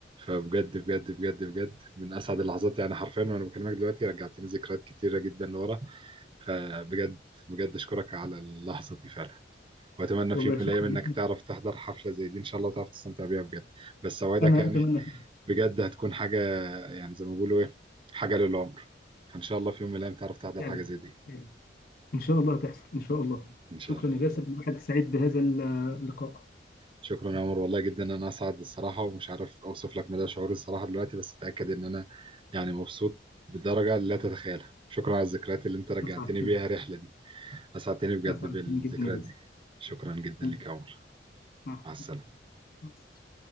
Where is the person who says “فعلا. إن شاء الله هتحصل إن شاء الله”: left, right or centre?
Left